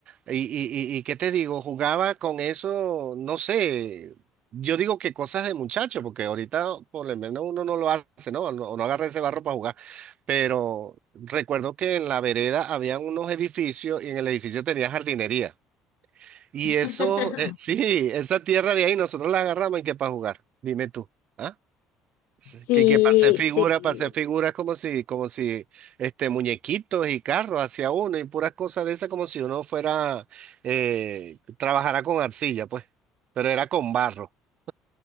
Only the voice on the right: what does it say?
Y, y, y, y qué te digo, jugaba con eso, no sé, yo digo que cosas de muchacho, porque ahorita por lo menos uno no lo hace, ¿no? No, no agarra ese barro para jugar. Pero recuerdo que en la vereda habían unos edificios y en el edificio tenía jardinería. Y
eso, eh, sí, esa tierra de ahí nosotros la agarramos y que para jugar, dime tú. ¿Ah? Sí,
Que, que para hacer figuras,
para hacer figuras como si, como si este, muñequitos y carros hacia uno y puras cosas de esas como si uno fuera, eh, trabajara con arcilla, pues, pero era con barro. <laughs>